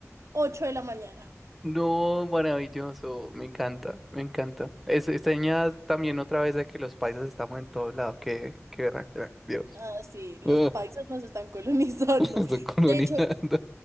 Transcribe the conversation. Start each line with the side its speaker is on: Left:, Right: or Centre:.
Right: 8 de la mañana.
Centre: No, maravilloso, me encanta, me encanta. Es, esta niña también otra vez de que los paisas estamos en todos lados, que, qué verá, Dios.
Right: Ah, sí, los
Centre: Ah,
Right: paisas nos están <laughs> colonizando.
Centre: <laughs> Estoy colonizando.
Right: De hecho,